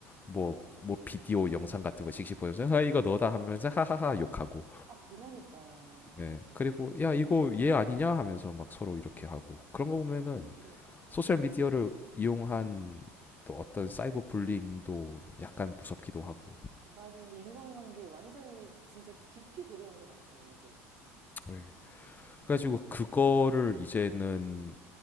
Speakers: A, on the left; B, on the right.
A: 뭐 뭐 비디오 영상 같은 거 씩씩 보면서 아 이거 너다 하면서 하하하 욕하고
B: 아, 그러니까요.
A: 예 그리고 야 이거
B: 음.
A: 얘 아니냐 하면서 막 서로 이렇게 하고 그런 거 보면은
B: 네.
A: 소셜 미디어를 이용한 또 어떤 사이버 불링도 약간 무섭기도 하고
B: 맞아요. 인간관계 완전히 진짜 깊이 들어온 것 같아요, 이제.
A: 예. 그래가지고 그거를
B: 음,
A: 이제는